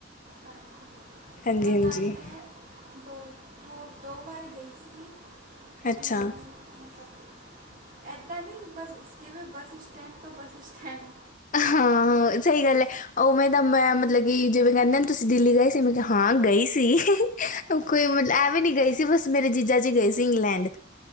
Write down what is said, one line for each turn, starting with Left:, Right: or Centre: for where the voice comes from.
Right: ਹਾਂਜੀ
Left: ਹਾਂਜੀ-ਹਾਂਜੀ,
Right: ਕਰਨਾਲ ਮੈਂ ਦੋ ਦੋ ਦੋ ਵਾਰ ਗਈ ਸੀ ਅ
Left: ਅੱਛਾ।
Right: ਹਮ ਮਤਲਬ ਏਦਾਂ ਨੀ ਬਸ ਜਿਵੇਂ ਬੱਸ ਇਸਟੈਂਡ ਤੋਂ ਬੱਸ ਇਸਟੈਂਡ
Left: ਹਾਂ ਸਹੀ ਗੱਲ ਏ ਉਵੇਂ ਤਾਂ ਮੈਂ ਮਤਲ ਕਿ ਜਿਵੇਂ ਕਹਿੰਦੇ ਨੇ ਤੁਸੀਂ ਦਿੱਲੀ ਗਏ ਸੀ ਮੈਂ ਕਿਹਾ ਹਾਂ ਗਈ ਸੀ ਉਹ ਕੋਈ ਐਂ ਵੀ ਨੀ ਗਈ ਸੀ ਬਸ ਮੇਰੇ ਜੀਜਾ ਜੀ ਗਏ ਸੀ ਇੰਗਲੈਂਡ